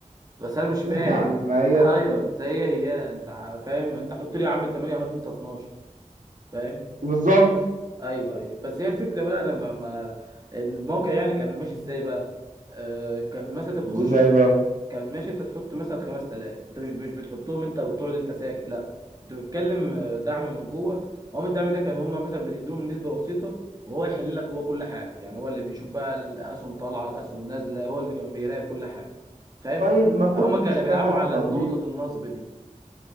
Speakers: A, on the right (about 30°); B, on the right (about 85°).
A: بس انا مش فاهم
B: <laughs> يعني ما
A: <laughs>
B: هي
A: ايوه زي هي هي انت ع- فاهم انت حط لي يا عم التمانية هات انت 12 فاهم
B: بالظبط
A: ايوه ايوه بس هي الفكره بقى لما ما ما- الموقع يعني كان ماشي ازاي بقى آه كان مثلا انت بتخش
B: ازاي بقى
A: كان ماشي انت تحط مثلا 5000 انت مش مش بتحطهم انت وتقعد انت ساكت لا انت بتتكلم آه، دعم من جوه هم الدعم ده كان هم مثلا بتديهم نسبه بسيطه وهو يحل لك هو كل حاجه يعني هو اللي بيشوف بقى الاسهم طالعه الاسهم نازله هو اللي كان بيراقب كل حاجه فاهم
B: طيب ما كنت
A: هم كانوا
B: تشتغل
A: بيلعبوا على
B: في تطبيق
A: نقطه النصب دي